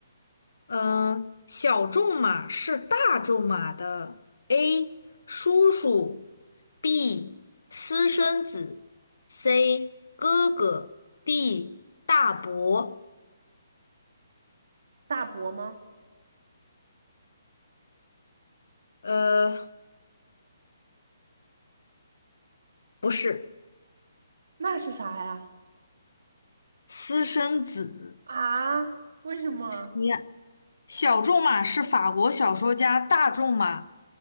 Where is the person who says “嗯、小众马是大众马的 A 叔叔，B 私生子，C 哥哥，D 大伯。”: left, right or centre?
Left